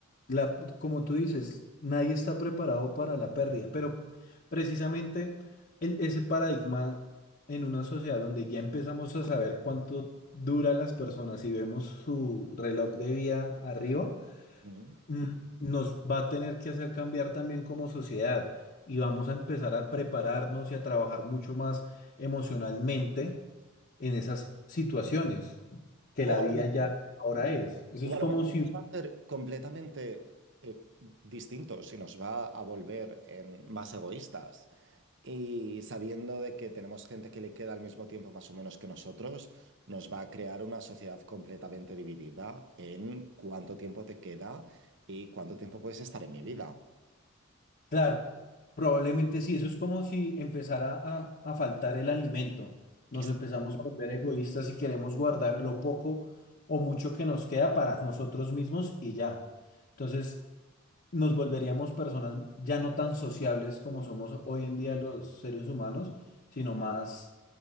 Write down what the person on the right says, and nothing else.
Mm.
O
a lo mejor
O
a
lo mejor
nos va a hacer completamente eh, distintos y nos va a volver en más egoístas. Y sabiendo de que tenemos gente que le queda al mismo tiempo más o menos que nosotros, nos va a crear una sociedad completamente dividida en cuánto tiempo te queda y cuánto tiempo puedes estar en mi vida.
Exacto,